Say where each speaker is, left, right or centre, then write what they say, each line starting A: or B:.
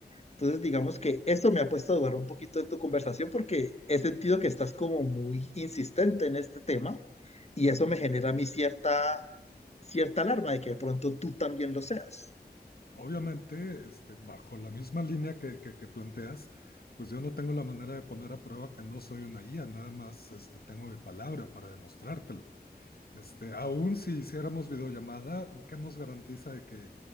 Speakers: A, on the left; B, on the left.
A: Entonces, digamos que eso me ha puesto a dudar un poquito de tu conversación porque he sentido que estás como muy insistente en este tema y eso me genera a mí cierta cierta alarma de que de pronto tú también lo seas.
B: Obviamente, este, bajo la misma línea que, que, que planteas, pues yo no tengo la manera de poner a prueba que no soy una guía, nada más este, tengo mi palabra para demostrártelo. Este, aún si hiciéramos videollamada, ¿qué nos garantiza de que